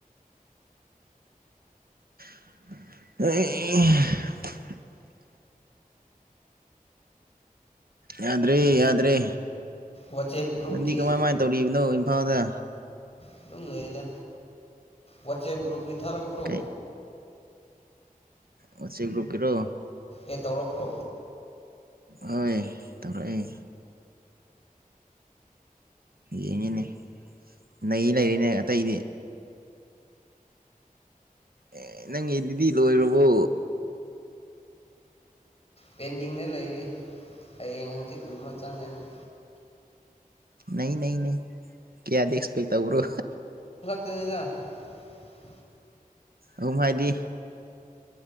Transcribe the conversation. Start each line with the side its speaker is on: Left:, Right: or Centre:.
Right: ꯑꯩ ꯌꯥꯗꯔꯤ ꯌꯥꯗꯔꯤ
Left: ꯋꯥꯆꯦꯞ ꯒ꯭ꯔꯨꯞꯀꯤ
Right: ꯅꯟꯗꯤ ꯀꯃꯥꯏꯃꯥꯏꯅ ꯇꯧꯔꯤꯅꯣ ꯐꯥꯗꯦ
Left: ꯑꯗꯨꯝ ꯂꯩꯗ ꯋꯥꯆꯦ ꯭ꯔꯨꯀꯤ ꯊꯔꯛꯄꯔꯣ
Right: ꯀꯩ ꯋꯥꯆꯦꯞ ꯒꯔꯨꯞꯀꯤꯔꯣ
Left: ꯑꯦ ꯇꯧꯔꯛꯄ꯭ꯔꯣ
Right: ꯍꯣꯏ ꯇꯧꯔꯛꯑꯏ ꯌꯦꯡꯉꯅꯦ ꯅ ꯂꯩꯔꯤꯅꯦ ꯑꯇꯩꯗꯤ ꯑꯦ ꯅꯪꯒꯤ ꯑꯗꯨꯗꯤ ꯂꯣꯏꯔꯕꯣ
Left: ꯄꯦꯟꯗꯤꯅꯦ ꯂꯩꯔꯤ ꯍꯌꯦꯡ ꯍꯪꯆꯤꯠꯒꯨꯝꯕ ꯆꯪꯒꯅꯤ <inaudible>
Right: ꯅꯩ ꯅꯩ ꯅꯩ ꯀꯌꯥꯗ ꯑꯩꯁꯄꯦꯛ ꯇꯧꯕ꯭ꯔꯣ
Left: <inaudible>
Right: ꯑꯨꯝ ꯍꯥꯏꯗꯤ